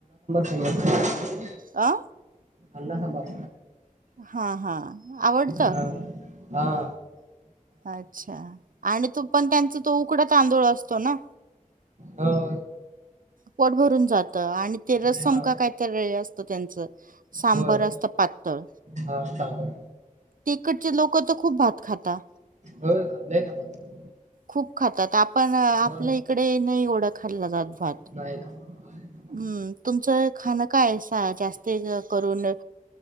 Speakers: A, on the right; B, on the right.
A: <unintelligible>
B: अ.
A: अंडा सांबार.
B: हा हा आवडत.
A: हा हा.
B: अच्छा आणि तो पण त्यांच तो उकडा तांदूळ असतो ना?
A: हो.
B: पोट भरून जातं आणि ते रस्सम
A: हा
B: का काय तरी असतं त्यांचं सांबर
A: होय
B: असत पातळ
A: हा सांबार
B: तिकडचे लोक त खूप खूप भात खाता.
A: हो लई खातातं तिकडे
B: खूप खातात आपण आपल्या
A: हा
B: इकडे नाही येवढा खाल्ला जात भात.
A: नाही <unintelligible>
B: हम्म तुमचं खाणं काय आहे? सा जास्त करून अ